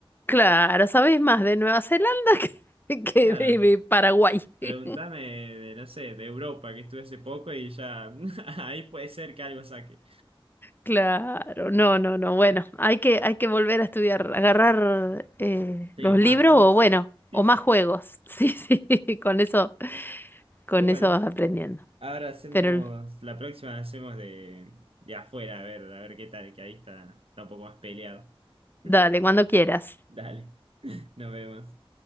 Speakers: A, on the left; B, on the right.
A: Claro, sabes más de Nueva Zelanda <laughs> que, que
B: Claro,
A: de de Paraguay.
B: pregúntame
A: <laughs>
B: de, no sé, de Europa, que estuve hace poco y ya <laughs> ahí puede ser que algo saque.
A: Claro, no, no, no. Bueno, hay que, hay que volver a estudiar, agarrar eh,
B: Sí,
A: los
B: mapas.
A: libros o bueno,
B: <laughs>
A: o más juegos. <laughs> Sí, sí, con eso, con
B: Pero bueno,
A: eso vas aprendiendo.
B: ahora hacemos,
A: Pero
B: la próxima la hacemos de, de afuera, a ver, a ver qué tal, que ahí está, está un poco más peleado. <laughs>
A: dale, cuando quieras.
B: Dale, <laughs> nos vemos.